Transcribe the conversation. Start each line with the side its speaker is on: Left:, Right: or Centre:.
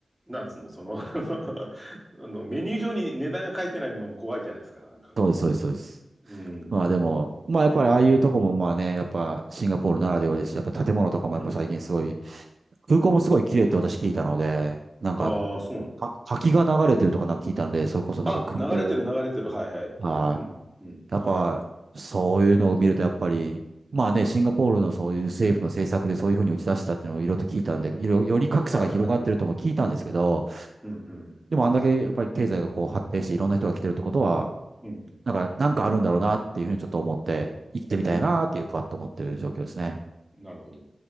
Centre: なんつうの、その <laughs> あの、メニュー表に値段が書いてないのも怖いじゃないですか。なんか。
Right: そうです、そうです、そうです。
Centre: うん。
Right: まあでも、まあやっぱりああいうとこもまあね、やっぱシンガポールならではですし、やっぱ建物とかもやっぱ最近すごい、
Centre: うん。
Right: 空港もすごい綺麗って私聞いたので、
Centre: うん。
Right: なんか、
Centre: ああ、そうなの。
Right: は滝が流れてるとかなんか聞いたので、それこそなんか空洞、
Centre: あ、流れてる、流れてる。はいはい。
Right: はい。
Centre: うん。うん。
Right: やっぱ、
Centre: はい。
Right: そういうのを見るとやっぱり、まあね、シンガポールのそういう政府の政策でそういうふうに打ち出したっていうのをいろいろと聞いたんで、いろより格差が広がってるとも聞いたんですけど、
Centre: はいはい。うんうん。
Right: でもあんだけやっぱり経済がこう発展していろんな人が来てるってことは、
Centre: うんああそうあ流れてる流れてるは
Right: なんか、なんかあるんだろうなっていうふうにちょっと思って、行ってみたいなっていうふわっと思ってる状況ですね。
Centre: いはいうん。なるほど。